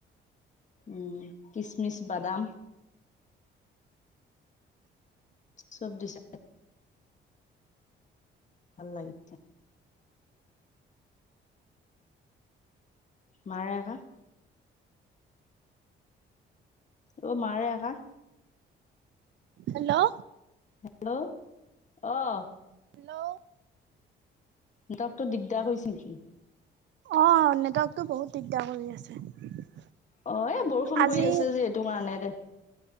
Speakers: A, on the left; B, on the right.
A: উম', কিচমিচ বাদাম। চব দিছে। ভাল লাগিছে মাৰে আকা অহ ', মাৰে আকা
B: হেল্ল',
A: হেল্ল', অহ ',
B: হেল্ল',
A: নেটৱৰ্কটো দিগদাৰ হৈছে নেকি?
B: অহ ', নেটৱৰ্কটো বহুত দিগদাৰ কৰি আছে।
A: অহ ', এ বৰষুণ
B: আজি
A: পৰি আছে যে এইটো কাৰণে দে।